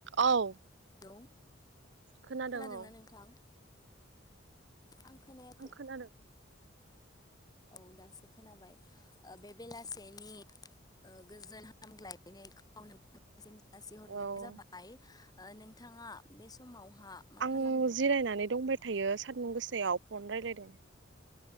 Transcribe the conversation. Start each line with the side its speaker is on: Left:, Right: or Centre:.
Right: औ
Left: लौ
Right: खोनादों
Left: खोनादोंना
Right: औ
Left: नोंथां? आं खोनायाखै
Right: आं खोनादों
Left: औ दासो खोनाबाय बे बेलासेनि ओ गोजोन हामग्लायनायखौ नोंथां निसिम जासिहरनाय
Right: औ
Left: जाबाय ओ नोंथाङा बे समावहा मा
Right: आं
Left: खालामदों
Right: जिरायनानै दंबाय थायो सानदुं गोसायाव फन रायलायदों।